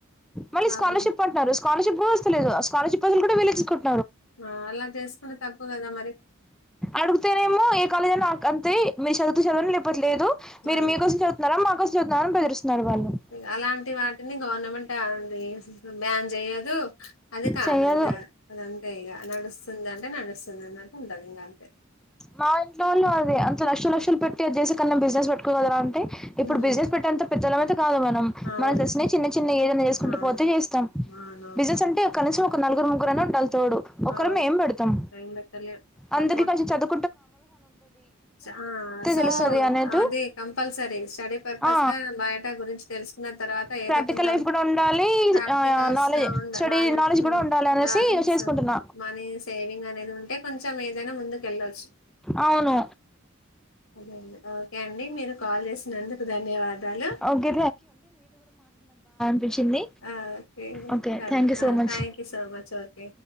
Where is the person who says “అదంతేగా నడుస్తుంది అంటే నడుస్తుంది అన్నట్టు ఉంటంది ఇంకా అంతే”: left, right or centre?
Left